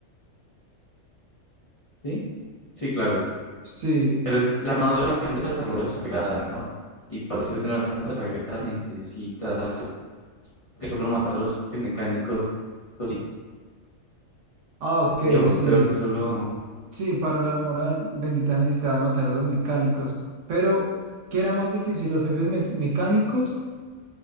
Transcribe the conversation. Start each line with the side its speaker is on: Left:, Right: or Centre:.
Left: ¿Sí? Sí, claro.
Right: Sí.
Left: Pero es que la armadura es una armadura sagrada, ¿no? Y para hacerte una armadura sagrada necesitas que solo matar a los mecánicos. y-
Right: Ah, ok,
Left: Creo,
Right: sí.
Left: creo que solo...
Right: Sí, para la armora ben- bendita necesitaba matar a los mecánicos. Pero, ¿qué era más difícil, los jefes me- mecánicos